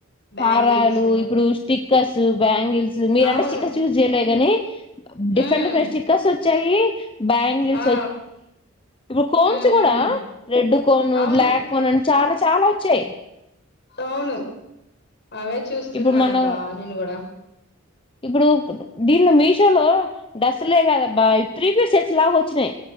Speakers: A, on the left (about 55°); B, on the left (about 25°).
A: బ్యాంగిల్స్
B: హారాలు ఇప్పుడు స్టిక్కర్స్ బ్యాంగిల్స్ మీరంటే
A: అవును
B: స్టిక్కర్స్ చూస్ జెయ గాని డిఫరెంట్
A: ఉమ్
B: డిఫరెం స్టిక్కర్స్ చేయ్యి బ్యాంగిల్స్
A: ఆ
B: ఇప్పుడు కోన్స్
A: ఉమ్ ఉమ్
B: గూడా రెడ్ కోన్
A: అవును
B: బ్లాక్ కోన్ అని చాలా చాలా వచ్చాయ్
A: అవును అవే చూస్తున్నానబ్బా
B: ఇప్పుడు మనం
A: నేను కూడా
B: ఇప్పుడు దీన్లో మీషోలో డస్లే కదా అబ్బా త్రీ పీస్ సెట్స్ లాగా వచ్చినాయ్